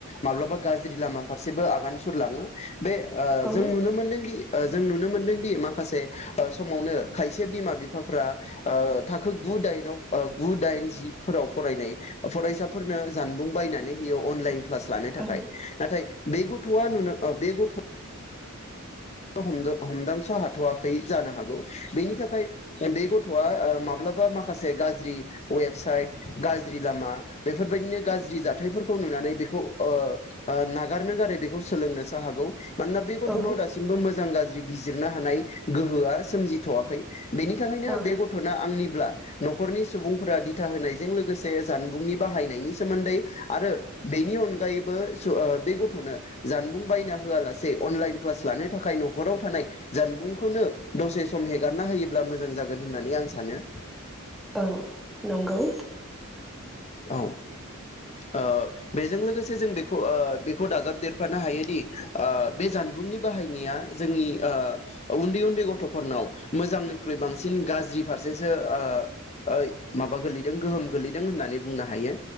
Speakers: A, on the left; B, in the centre.
A: माब्लाबा गाज्रि लामा फारसेबो आगान सुरलाङो। बे ओ
B: औ
A: जों नुनो मोन्दोंदि ओ जों नुनो मोन्दों दि माखासे समावनो खायसे बिमा बिफाफोरा ओ थाखो गु दाइन गु दाइन जि फोराव फरायनाय फरायसाफोरनो जानबुं बायनानै होयो अनलाइन क्लास लानो थाखाय
B: औ
A: नाथाय बे गथ'वा नुनो ओ बे गथ' हमदांस' हाथ'वाखै जानो हागौ बेनि थाखाय बे गथ'आ ओ माब्ला मा माखासे गाज्रि वेबसाइट गाज्रि लामा बेफोरबायदिनो गाज्रि जाथायफोरखौ नुनानै बेखौ ओ नागारनो गारै बेखौ सोलोंनोसो हागौ। मानोना बे गथ'नाव
B: औ
A: दासि मोजां गाज्रि बिजिरनो हानाय गोहोआ सोमजिथ'वाखै। बेनि थाखायनो
B: औ
A: बे गथ'नो आंनिब्ला न'खरनि सुबुंफोरा दिथा होनायजों लोगोसे जानबुंनि बाहायनायनि सोमोन्दै आरो बेनि अनगायैबो सो ओ बे गथ'नो जानबुं बायना होआलासे अनलाइन क्लास लानो थाखाय न'खराव थानाय जानबुंखौनो दसे सम होगारना होयोब्ला मोजां जागोन होननानै आं सानो।
B: ओं नंगौ।
A: औ। ओ बेजों लोगोसे जों बे ओ दाजाबदेरफानो हायोदि ओ बे जानबुंनि बाहायनाय जोंनि ओ उन्दै उन्दै गथ'फोरनाव मोजांनिख्रुइ बांसिन गाज्रि फारसेसो ओ माबा गोैलैदों गोहोम गोैलैदों होन्नानै होननानै बुंनो हायो।